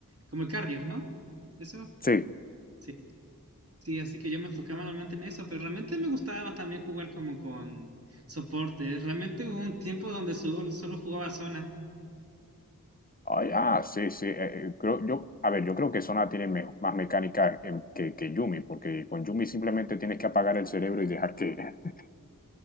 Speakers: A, on the right; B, on the left.
A: como el carrier, ¿no? Eso,
B: Sí,
A: sí. Sí, así que yo me enfocaba normalmente en eso, pero realmente me gustaba también jugar como con soporte. Realmente hubo un tiempo donde solo, solo jugaba zona.
B: Ay, ah, sí, sí. eh, eh, creo, yo, a ver, yo creo que Sona tiene me- más mecánica eh, que, que Yumi, porque con Yumi simplemente tienes que apagar el cerebro y dejar que, <laughs>